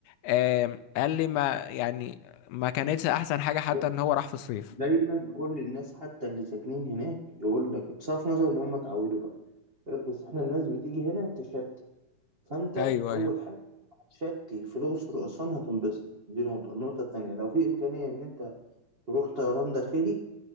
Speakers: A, on the left; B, on the right.
A: آم، قال لي ما يعني ما كانتش احسن حاجة حتى
B: بص
A: ان هو راح في الصيف
B: دايما كل الناس حتى اللي ساكنين هناك يقول لك بصرف نظر إن هم اتعودوا بقى يقول لك بس إحنا الناس بتيجي هنا تشتي فأنت
A: ايوه
B: أول
A: ايوه
B: حاجة شكي فلوس في الأقصر وأسوان هتنبسط دي نقطة النقطة التانية لو في إمكانية إن أنت تروح طيران داخلي